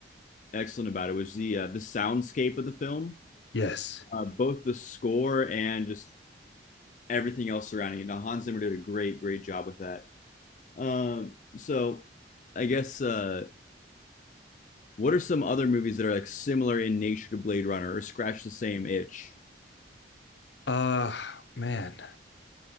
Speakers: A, on the left; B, on the left.
A: excellent about it was the uh, the soundscape of the film,
B: Yes.
A: uh both the score and just everything else surrounding it. Now Hans Zimmer did a great great job with that. Um so I guess uh what are some other movies that are like similar in nature to Blade Runner or scratch the same itch?
B: Uh, man.